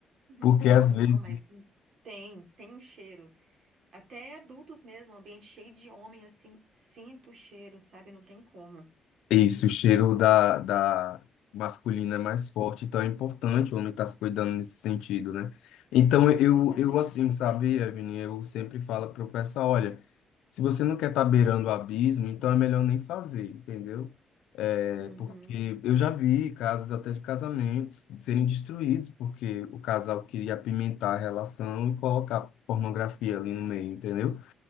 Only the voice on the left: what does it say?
Porque
às vezes
Isso, o cheiro da, da masculina é mais forte, então é importante o homem estar se cuidando nesse sentido, né? Então eu,
eu assim, sabe, Evelyn, eu sempre falo para o pessoal, olha, se você não quer estar beirando o abismo, então é melhor nem fazer, entendeu? É,
porque eu já vi casos até de casamentos serem destruídos porque o casal queria apimentar a relação e colocar pornografia ali no meio, entendeu?